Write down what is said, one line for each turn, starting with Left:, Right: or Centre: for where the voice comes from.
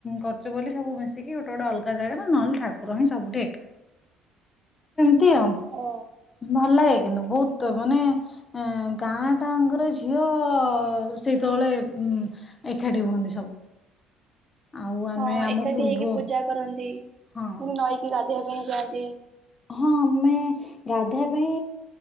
Left: କରୁଛୁ ବୋଲି ସବୁ ମିଶିକି ଗୋଟେ ଗୋଟେ ଅଲଗା ଜାଗା ନା ନହେଲେ ଠାକୁର ହିଁ ସବୁଠି ଏକା ଥା ନ୍ତୀ ଆଉ
Right: ଓ
Left: ଭଲ ଲାଗେ। କିନ୍ତୁ ବହୁତ ମାନେ ଅ ଗାଁ ଟାଙ୍କର ଝିଅ ସେତେବେଳେ ଉ ଏକାଠି ହୁଅନ୍ତି ସବୁ। ଆଉ ଆମେ
Right: ହଁ
Left: ଆମ
Right: ଏକାଠି
Left: ପୂର୍ବ
Right: ହେଇକି ପୂଜା କରନ୍ତି। ମୁୁ
Left: ହଁ
Right: ନଈକି ଗାଧେଇବା ପାଇଁ ଯାଆନ୍ତି।
Left: ହଁ ଆମେ ଗାଧୋଇବା ପାଇଁ